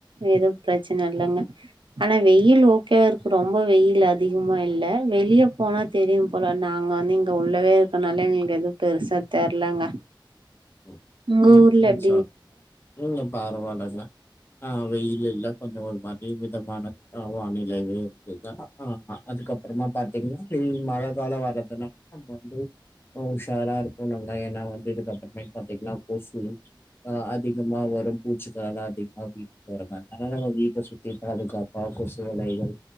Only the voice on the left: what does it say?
ம்.
ம்.
ம்
சார் இங்க பரவால்லங்க ஆ வெயில் இல்ல கொஞ்சமஒரு மாதுரி மிதமான வானிலையவே இருக்குங்க ஆ அதுக்கப்புறமா பாத்தீங்கன்னா வெயில் மழ கால வர்றதுனால நம்ம வந்து உஷாரா இருக்குனு அ என்னா வந்து இதுக் அப்றமேட் பாத்தீங் கொசு அதிகமா வருப்பு சுத்தால் தா அதிகமா வீட்டுக் போறங்க நல்ல நம வீட்ட சுத்தி பாதுகாப்பா கொசு வேலைகள்